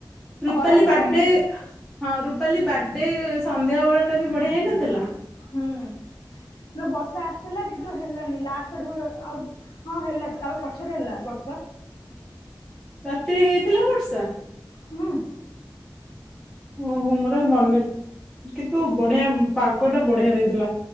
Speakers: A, on the left; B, in the centre.
A: ଖରା
B: ରୂପାଲି
A: ଦିନ
B: ବାଡେ
A: ପାଇଁ ଏଇଟା
B: ହଁ ରୂପାଲି ବାଡେ ସନ୍ଧ୍ୟାବେଳଟା ବି ବଢ଼ିଆ ହେଇନଥିଲା?
A: ହୁଁ ନ ବର୍ଷା ଆସିଥିଲା କିନ୍ତୁ ହେଲନି ଲାଷ୍ଟ ଆଡ଼ୁକୁ ଆଉ ହଁ ହେଲା ତାପ ପଛରେ ହେଲା ବର୍ଷା।
B: ରାତିରେ ହେଇଥିଲା ବର୍ଷା?
A: ହୁଁ।
B: ଓହୋ ମୋର ଆଉ ମନେ କିନ୍ତୁ ବଢ଼ିଆ ପାଗଟା ବଢ଼ିଆ ଦେଇଥିଲା।